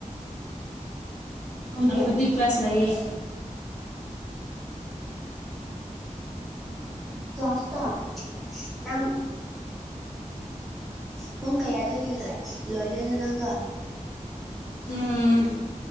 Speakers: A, in the centre; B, on the left.
A: ꯅꯣꯏꯗꯤ
B: ꯑꯩꯈꯣꯏꯗꯤ ꯀ꯭ꯂꯥꯁ ꯂꯩꯌꯦ
A: ꯂꯥꯁꯇꯇꯥ ꯅꯪ ꯄꯨꯡ ꯀꯌꯥꯗ ꯂꯣꯏꯗꯣꯏꯅꯣ ꯅꯪꯗꯣ
B: ꯎꯝ